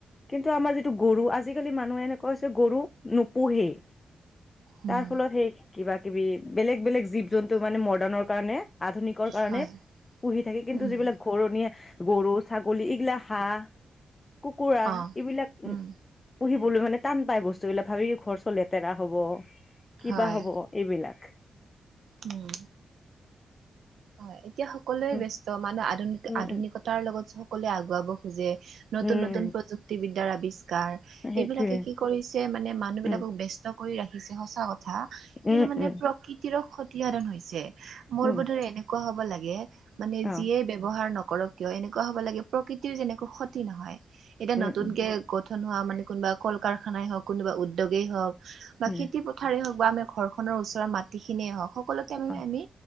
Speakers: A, on the left (about 35°); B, on the right (about 80°).
A: কিন্তু আমাৰ যিটো গৰু আজিকালি মানুহে এনেকুৱা হৈছে গৰু নোপোহেই।
B: উম,
A: তাৰ ফলত সেই কিবা কিবি বেলেগ বেলেগ জীৱ জন্তু মানে মডাৰ্ণৰ কাৰণে আধুনিকৰ কাৰণে
B: হয়,
A: পুহি থাকে কিন্তু
B: উম,
A: যিবিলাক পৰণীয়া গৰু-ছাগলী এইগিলা হাঁহ কুকুৰা
B: অ',
A: এইবিলাক
B: উম,
A: পুহিবলৈ মানে টান পাই বস্তুবিলাক ভাবি ঘৰ চৰ লেতেৰা হ'ব কিবা
B: হয়,
A: হ'ব। এইবিলাক।
B: উম। হয় এতিয়া সকলোৱে
A: উম,
B: ব্যস্ত মানে আধুনিক
A: উম,
B: আধুনিকতাৰ
A: উম,
B: লগত সকলোৱে আগুৱাব খোজে। নতুন
A: উম,
B: নতুন
A: উম,
B: প্ৰযুক্তিবিদ্যাৰ আৱিষ্কাৰ
A: সেইটোৱে
B: এইবিলাকে কি কৰিছে মানে মানুহ
A: উম,
B: বিলাকক ব্যস্ত কৰি ৰাখিছে সঁচা কথা কিন্তু
A: উম,
B: মানে
A: উম,
B: প্ৰ- কৃতিৰ ক্ষতিসাধন হৈছে। মোৰ
A: উম,
B: বোধৰে এনেকুৱা হব লাগে মানে
A: অ',
B: যিয়ে ব্যৱহাৰ নকৰক কিয় এনেকুৱা হ'ব লাগে প্ৰকৃতিৰ যেনেক ক্ষতি নহয়। এতিয়া
A: উম,
B: নতুন
A: উম,
B: কে গঠন হোৱা মানে কোনোবা কল-কাৰখানাই হওঁক কোনোবা উদ্যোগেই হওঁক। বা
A: উম,
B: খেতি পথাৰ হওঁক বা আমাৰ ঘৰখনৰ ওচৰৰ মাটিখিনিয়ে হওঁক সকলোকে মামে
A: অ',
B: আমি